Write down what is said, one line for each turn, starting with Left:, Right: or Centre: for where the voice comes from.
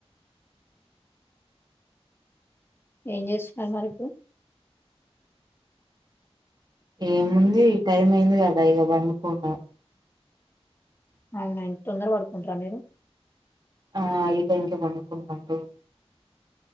Left: ఏం జేస్తున్నారు మరి ఇప్పుడు
Right: ఏముంది టైం అయింది గదా ఇగ పండుకుంటా
Left: అవునా ఇం తొందర పడుకుంటారా మీరు
Right: ఆ ఈ టైంకే పండుకుంటాం రోజు